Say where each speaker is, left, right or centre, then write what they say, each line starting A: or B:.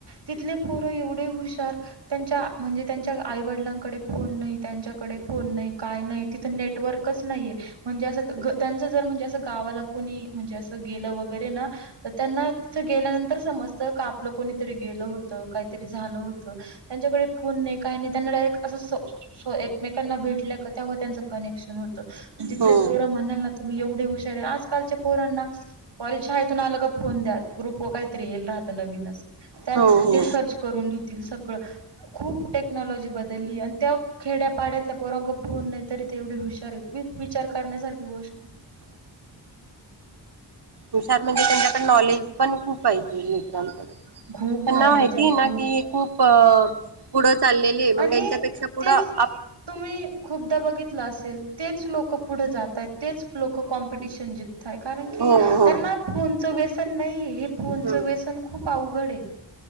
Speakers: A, on the right (about 80°); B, on the right (about 65°).
A: तिथले पोरं एवढे हुशार त्यांच्या म्हणजे त्यांच्या आईवडिलां कडे फोन नाही त्यांच्याकडे फोन का नाही तिथं नेटवर्कच नाहीे म्हणजे असं. त्यांचं जर म्हणजे असं गावाला कुणी म्हणजे असं गेलं वगैरे ना. तर त्यांना तिथं गेल्यानंतर समजत का आपलं कोणीतरी गेलं होतं काहीतरी झालं होतं. त्यांच्याकडे फोन नाही का नाही त्यांना डायरेक्ट अस. एकमेकांना भेटल्या का तेव्हा त्यांचं कनेक्शन होतं आणि तिथले
B: हो
A: पोर म्हणाल ना. एवढ हुशार आहे आणि आजकालच्या पोरांना कॉलेज, शाळेतून आलं का? फोन द्या ग्रुप वर काहीतरी येईल राहतं नवीनच त्या
B: हो हो
A: ते सर्च करून लिहतील सगळं. खूप टेक्नॉलॉजी बदलली आणि त्या खेड्यापाड्यातला पोरांक फोन नाही तरी ते एवढे हुशार है. विचार करण्यासारखी गोष्ट आहे
B: हुशार म्हणजे त्यांच्याकडे नॉलेज पण खूप पाहिजे मित्रांकडनं.
A: खूप
B: त्यांना
A: नॉलेज
B: माहितीय
A: आहे खूप
B: ना की खूप अ. चाललेली आहे मग
A: आणि
B: यांच्यपेक्षा पुढं
A: तेच
B: -
A: तुम्ही खूपदा बघितलं असेल तेच लोक पुढे जातय तेच लोक कॉम्पिटिशन जिंकताय कारण की
B: हो हो
A: त्यांना फोनचं व्यसन नाहीे हे फोनचं
B: हम्म
A: व्यसन खूप अवघड आहे.